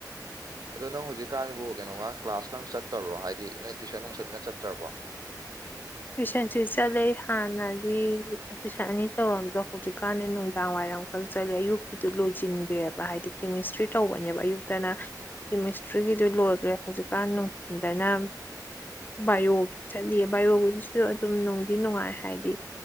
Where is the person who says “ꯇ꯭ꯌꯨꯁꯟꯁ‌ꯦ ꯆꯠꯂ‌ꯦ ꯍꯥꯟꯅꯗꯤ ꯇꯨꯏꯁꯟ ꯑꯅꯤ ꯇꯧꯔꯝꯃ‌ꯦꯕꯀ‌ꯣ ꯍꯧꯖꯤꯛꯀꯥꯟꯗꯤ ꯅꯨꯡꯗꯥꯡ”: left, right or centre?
Left